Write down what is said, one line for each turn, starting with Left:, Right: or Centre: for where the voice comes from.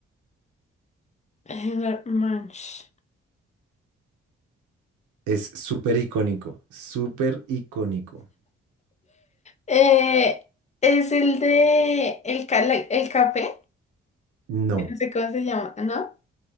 Left: Anger Munch.
Right: Es súper icónico, súper icónico.
Left: Eh, es el de el, ca- la- el café,
Right: No,
Left: no sé cómo se llama, ¿no?